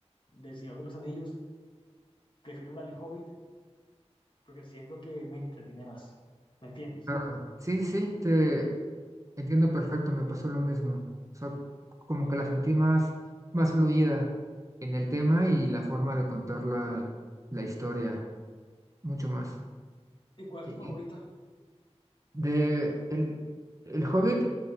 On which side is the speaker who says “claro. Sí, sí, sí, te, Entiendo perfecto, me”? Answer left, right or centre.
Right